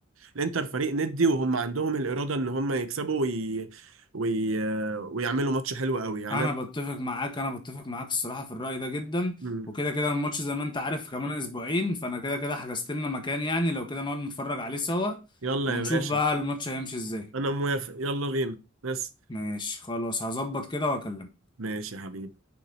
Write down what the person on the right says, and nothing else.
الانتر فريق ندي وهم عندهم الإرادة ان هم يكسبوا وي... وي... ويعملوا ماتش حلو قوي يعني
أنا...
مم.
يلا
يا باشا
انا موافق يلا بينا بس
ماشي يا حبيبي